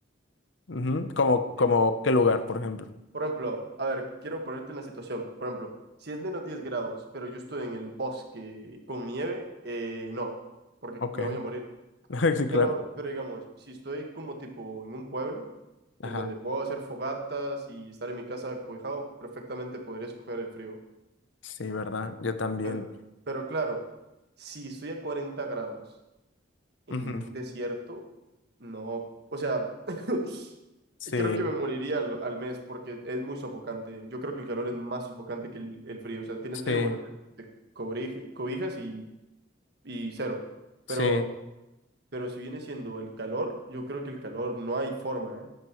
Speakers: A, on the left; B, on the right.
A: Ujú, Como, como
B: Tipo,
A: qué lugar, por ejemplo.
B: por ejemplo, a ver, quiero ponerte en la situación. Por ejemplo, si es menos 10 grados, pero yo estoy en el bosque con nieve, eh, no, porque
A: Ok,
B: me voy a morir.
A: <laughs> sí, claro.
B: Pero, pero digamos, si estoy como tipo en un pueblo,
A: Ajá,
B: en donde puedo hacer fogatas y estar en mi casa cobijado, perfectamente podría escoger el frío.
A: sí, ¿verdad? Yo también.
B: Pero, pero claro, si estoy a 40 grados en
A: Ujú,
B: un desierto, no, o sea, <laughs>
A: Sí,
B: creo que me moriría al, al mes porque es muy sofocante. Yo creo que el calor es más sofocante que el, el frío. O sea, tienes
A: sí,
B: frío, bueno, te, te cobri- cobijas y, y cero. Pero,
A: sí,
B: pero si viene siendo el calor, yo creo que el calor no hay forma, ¿eh?